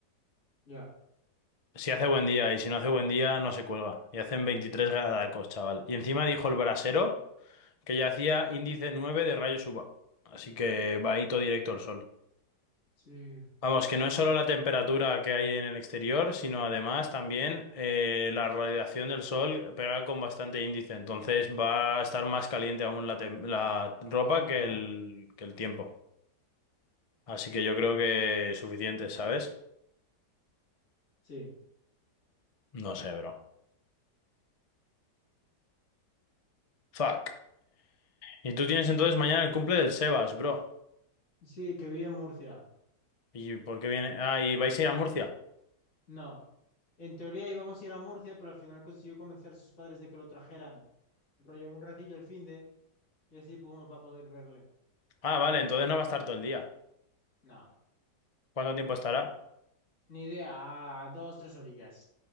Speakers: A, on the left (about 50°); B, on the left (about 30°).
A: Ya,
B: Si hace buen día y si no hace buen día no se cuelga. Y hacen 23 grados, chaval. Y encima dijo el brasero que ya hacía índice 9 de rayos UVA. Así que va ahí todo directo al sol.
A: sí.
B: Vamos, que no es solo la temperatura que hay en el exterior, sino además también eh, la radiación del sol pega con bastante índice. Entonces va a estar más caliente aún la, tem- la ropa
A: Ajá,
B: que el, que el tiempo. Así que yo creo que suficiente, ¿sabes?
A: sí.
B: No sé, bro. Fuck. Y tú tienes entonces mañana el cumple del Sebas, bro.
A: Sí, que vive en Murcia.
B: ¿Y por qué viene? Ah, ¿y vais a ir a Murcia?
A: No. En teoría íbamos a ir a Murcia, pero al final consiguió convencer a sus padres de que lo trajeran. Rollo un ratillo el finde y así como para poder verle.
B: Ah, vale, entonces no va a estar todo el día.
A: No.
B: ¿Cuánto tiempo estará?
A: Ni idea. a dos, tres orillas.